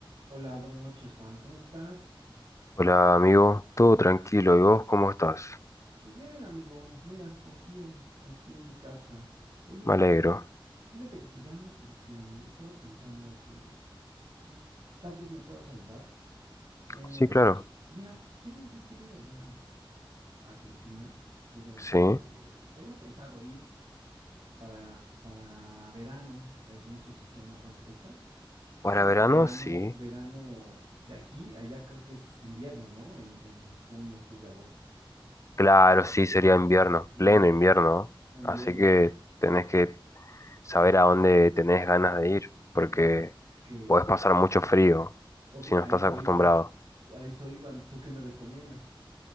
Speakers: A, on the right (about 65°); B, on the left (about 35°).
A: Hola, buenas noches, Juan. ¿Cómo estás?
B: Hola amigo, todo tranquilo, ¿y vos cómo estás?
A: Pues bien, amigo. Mira, aquí en aquí en mi casa. Oye,
B: Me alegro.
A: fíjate que te llamo porque estaba pensando que pues tal vez me puedas ayudar. Eh,
B: Sí, claro,
A: mira, pues quiero yo quiero ir allá a Argentina. Quiero
B: sí.
A: este, tengo pensado ir para para verano. eh, no sé si sea una buena fecha.
B: Para
A: Bueno,
B: verano,
A: verano,
B: sí.
A: verano de aquí, allá creo que es invierno, ¿no? En, en junio, julio, agosto.
B: Claro, sí, sería invierno,
A: Invierno,
B: pleno invierno.
A: invierno.
B: Así que tenés que saber a dónde tenés ganas de ir, porque
A: Ok,
B: podés pasar mucho frío
A: ok,
B: si no
A: a
B: estás
A: eso
B: acostumbrado.
A: iba, a eso iban. ¿Tú qué me recomiendas?